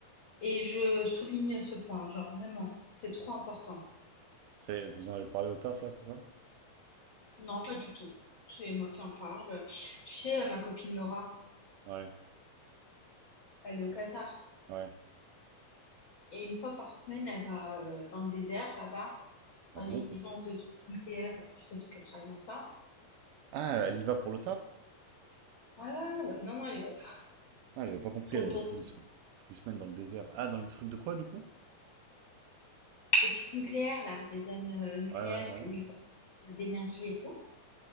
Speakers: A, on the left (about 50°); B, on the right (about 80°).
A: et je souligne ce point, genre vraiment, c'est trop important.
B: c'est... vous en avez parlé au taf là, c'est ça?
A: Non, pas du tout. C'est moi qui en parle. Tu sais, euh, ma copine Nora,
B: Ouais,
A: elle est au Qatar.
B: ouais.
A: Et une fois par semaine, elle va euh, dans le désert, là-bas,
B: Ah
A: dans
B: bon?
A: les gens de trucs nucléaires, là, tu sais, parce qu'elle travaille dans ça.
B: Ah, elle y va pour le taf?
A: Ouais, ouais, ouais, ouais. Non, non, elle y va pour
B: Ah, j'avais pas compris,
A: pour
B: elle
A: le
B: allait
A: tour.
B: tous les, sem- tous les semaines dans le désert. Ah, dans les trucs de quoi, du coup?
A: Les trucs nucléaires, là, les zones euh, nucléaires
B: Ouais, ouais, ouais.
A: où ils produisent de l'énergie et tout.